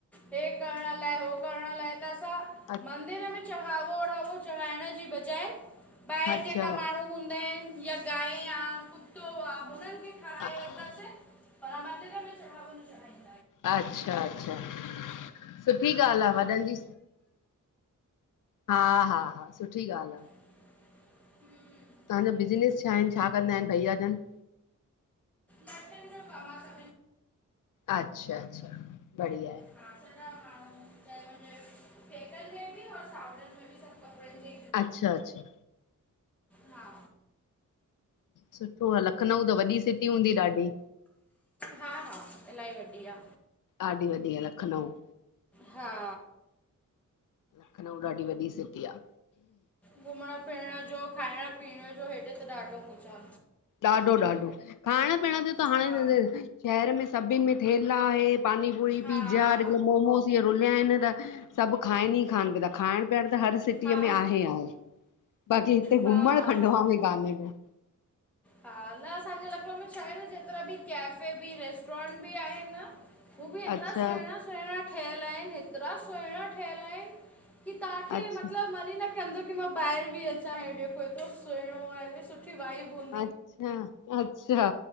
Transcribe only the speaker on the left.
अ-
अच्छा,
हा <unintelligible>
अच्छा- अच्छा सुठी ॻाल्हि आ। वॾनि जी हा- हा- हा सुठी ॻाल्हि आ।
तव्हांजो बिज़नेस छा आहे, छा कंदा आहिनि भइया जनि?
अच्छा- अच्छा बढ़िया आहे।
अच्छा- अच्छा।
सुठो आ, लखनऊ त वॾी सिटी हूंदी ॾाढी?
ॾाढी वॾी आ लखनऊ।
लखनऊ ॾाढी वॾी सिटी आ।
ॾाढो -ॾाढो- खाइणु-पीअणु जो त हाणे
शहरु में सभिनि में थेला हे पानी- पुरी,
पिज़ा
अॼुकल्ह मोमोस इ रुलिया आहिनि त सभु खाइनि ई खाइन नि पियनि ता, खाइणु पीअणु त हर सिटीअ
में आहे हो, बाक़ी हिते
घुमणु खंडवा में काने को।
अच्छा
अच्छा
अच्छा-अच्छा